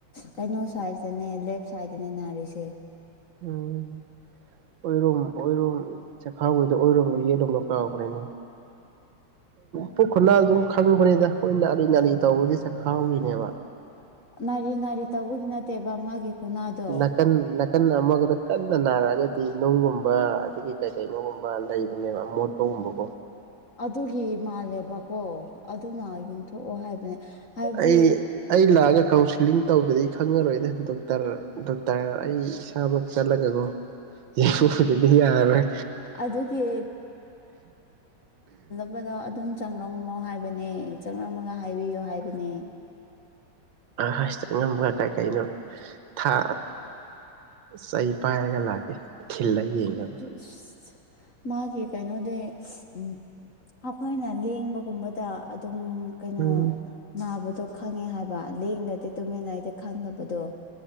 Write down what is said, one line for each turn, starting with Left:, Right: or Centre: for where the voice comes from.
Left: ꯀꯩꯅꯣ ꯁꯥꯏꯗꯅꯦ ꯂꯦꯞ ꯁꯥꯏꯗꯅꯦ ꯅꯥꯔꯤꯁꯦ
Right: ꯎꯝ ꯑꯣꯏꯔꯣꯝ ꯑꯣꯏꯔꯣꯝ ꯆꯈꯥꯎꯒꯤꯗꯣ ꯑꯣꯏꯔꯣꯝꯗꯔꯣ ꯌꯦꯠꯂꯣꯝꯗꯔꯣ ꯀꯥꯎꯈꯔꯦꯅꯦ ꯄꯨꯛ ꯈꯨꯅ ꯑꯗꯨꯝ ꯈꯪꯕꯅꯤꯅ ꯑꯩꯈꯣꯏꯅ ꯅꯥꯔꯤ ꯅꯥꯔꯤ ꯇꯧꯕꯗꯤ ꯆꯥꯛꯈꯥꯎ ꯒꯤꯅꯦꯕ
Left: ꯅꯥꯔꯤ ꯅꯥꯔꯤ ꯇꯧꯕꯒꯤ ꯅꯠꯇꯦꯕ ꯃꯥꯒꯤ ꯈꯨꯅꯥꯗꯣ
Right: ꯅꯀꯟ ꯅꯀꯟ ꯀꯟꯅ ꯑꯃꯒꯗ ꯀꯟꯅ ꯅꯥꯔꯛꯑꯒꯗꯤ ꯅꯨꯡꯒꯨꯝꯕ ꯑꯗꯒꯤ ꯀꯩ ꯀꯩꯅꯣꯒꯨꯝꯕ ꯂꯩꯕꯅꯦꯕ ꯑꯃꯣꯠꯄꯒꯨꯝꯕꯀꯣ
Left: ꯑꯗꯨꯒꯤ ꯃꯥꯜꯂꯦꯕꯀꯣ ꯑꯗꯨꯅ ꯌꯦꯡꯊꯣꯛꯑꯣ ꯍꯥꯏꯕꯅꯦ ꯍꯥꯏꯕꯗꯤ
Right: ꯑꯩ ꯑꯩ ꯂꯥꯛꯑꯒ ꯀꯥꯎꯟꯁꯤꯂꯤꯡ ꯇꯧꯗꯔꯗꯤ ꯈꯪꯉꯔꯣꯏꯅꯦ ꯗꯣꯛꯇꯔ ꯗꯣꯛꯇꯔ ꯑꯩ ꯏꯁꯥꯃꯛ ꯆꯠꯂꯒꯒꯣ ꯌꯦꯡꯗꯔꯗꯤ ꯌꯥꯔꯔꯣꯏ
Left: ꯑꯗꯨꯒꯤ ꯆꯠꯄꯗꯣ ꯑꯗꯨꯝ ꯆꯪꯂꯝꯃꯣ ꯍꯥꯏꯕꯅꯦ ꯆꯪꯂꯝꯃꯒ ꯍꯥꯏꯕꯤꯌꯣ ꯍꯥꯏꯕꯅꯦ
Right: ꯍꯁ ꯑꯉꯝꯕ ꯀꯥꯏ ꯀꯩꯅꯣ ꯊꯥ ꯆꯩ ꯄꯥꯏꯔꯒ ꯂꯥꯛꯀꯦ ꯊꯤꯜꯂ ꯌꯦꯡꯅꯕ
Left: ꯏꯁ ꯃꯥꯒꯤ ꯀꯩꯅꯣꯗꯤ ꯏꯁ ꯃꯈꯣꯏꯅ ꯂꯦꯡꯕꯒꯨꯝꯕꯗ ꯑꯗꯨꯝ ꯀꯩꯅꯣ
Right: ꯎꯝ
Left: ꯅꯥꯕꯗꯣ ꯈꯪꯉꯦ ꯍꯥꯏꯕ ꯂꯦꯡꯗꯗꯤ ꯇꯨꯃꯤꯟꯅ ꯑꯩꯗꯤ ꯈꯪꯗꯕꯗꯣ